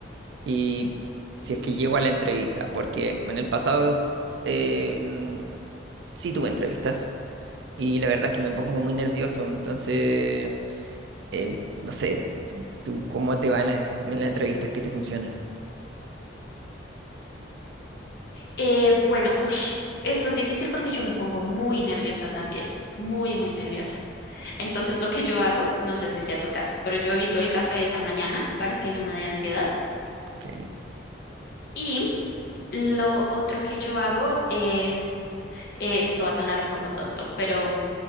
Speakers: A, on the right; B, on the left.
A: Y si es que llego a la entrevista, porque en el pasado eh, mm, sí tuve entrevistas y la verdad es que me pongo muy nervioso, entonces. eh, no sé, tú, ¿cómo te va en las, en las entrevistas? ¿Qué te funciona?
B: Eh, bueno, ush, esto es difícil porque yo me pongo muy nerviosa también, muy, muy nerviosa. Entonces, lo que yo hago, no sé si sea tu caso, pero yo evito el café esa mañana para que no me dé ansiedad.
A: Ok.
B: Y lo otro que yo hago es, eh, esto va a sonar un poco tonto, pero